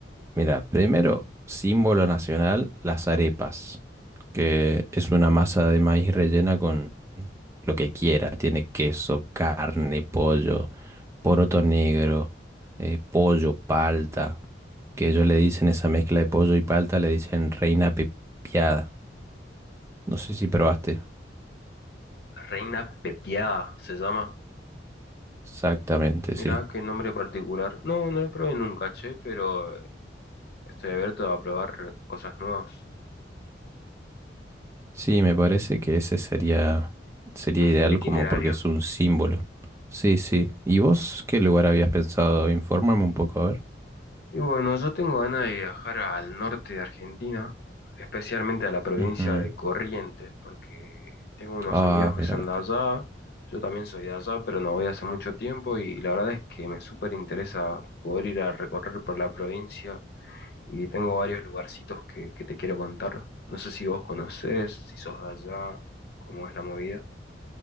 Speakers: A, on the right; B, on the left.
A: Mira, primero, símbolo nacional, las arepas, que es una masa de maíz rellena con lo que quiera. Tiene queso, carne, pollo, poroto negro, eh, pollo, palta, que ellos le dicen esa mezcla de pollo y palta, le dicen reina pepiada. No sé si probaste.
B: Reina Pepiada se llama.
A: Exactamente,
B: Mirá,
A: sí.
B: qué nombre particular. No, no lo probé nunca, che, pero estoy abierto a probar cosas nuevas.
A: Sí, me parece que ese sería, sería ideal
B: El itinerario.
A: como porque es un símbolo. Sí, sí. ¿Y vos qué lugar habías pensado? Informarme un poco, a ver.
B: Y bueno, yo tengo ganas de viajar al norte de Argentina, especialmente a la provincia
A: Ujú.
B: de Corrientes, porque tengo unos
A: Ah,
B: amigos que
A: mira.
B: son de allá, yo también soy de allá, pero no voy hace mucho tiempo y la verdad es que me súper interesa poder ir a recorrer por la provincia y tengo varios lugarcitos que, que te quiero contar. No sé si vos conocés, si sos de allá, cómo es la movida.